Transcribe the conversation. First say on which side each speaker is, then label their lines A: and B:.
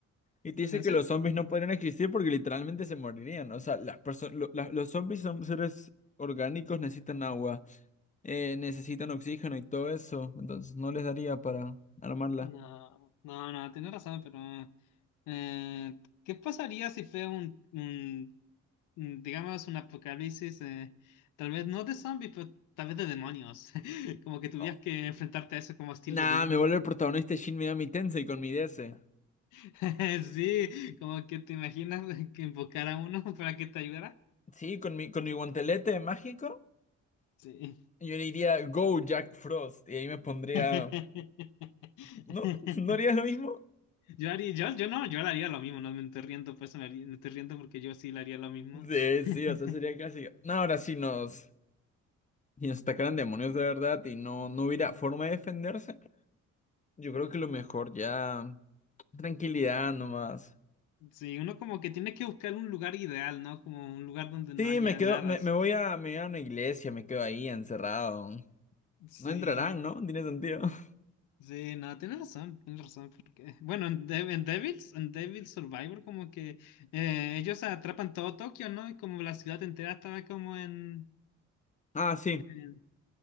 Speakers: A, on the left; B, on the left.
A: y te dice
B: ¿en
A: que
B: serio?
A: los zombies no podrían existir porque literalmente se morirían. O sea, las perso- lo- la- los zombies son seres orgánicos, necesitan agua, eh, necesitan oxígeno y todo eso. Entonces no les daría para armarla.
B: No, no, no, tienes razón, pero eh, ¿qué pasaría si fue un, un mm, digamos, un apocalipsis, eh, tal vez no de zombie, pero tal vez de demonios. <laughs> Como que tuvieras
A: Oh.
B: que enfrentarte a eso como estilo
A: Nah,
B: Doom.
A: me vuelve el protagonista de Shin Megami Tensei con mi DS.
B: <laughs> Sí, como que te imaginas <laughs> que invocar a uno <laughs> para que te ayudara.
A: Sí, con mi, con mi guantelete mágico,
B: Sí.
A: yo le diría Go Jack Frost y ahí me pondría...
B: <laughs>
A: ¿No? <laughs> ¿No harías lo mismo?
B: Yo haría, yo, yo no, yo le haría lo mismo, no me estoy riendo, pues me, haría- me estoy riendo porque yo sí le haría lo mismo.
A: Sí,
B: <laughs>
A: sí, o sea, sería casi. No, ahora sí nos, y nos atacaran demonios de verdad y no, no hubiera forma de defenderse. Yo creo que lo mejor ya. Tranquilidad nomás.
B: Sí, uno como que tiene que buscar un lugar ideal, ¿no? Como un lugar donde no
A: Sí,
B: haya
A: me quedo,
B: nada.
A: me, me voy a, me voy a una iglesia, me quedo ahí encerrado.
B: Sí,
A: No entrarán, ¿no? Tiene sentido. <laughs>
B: Sí, no, tienes razón, tienes razón, porque, bueno, en, Dev- en Devils, en Devil Survivor, como que eh, ellos atrapan todo Tokio, ¿no? Y como la ciudad entera estaba como en,
A: Ah, sí.
B: en-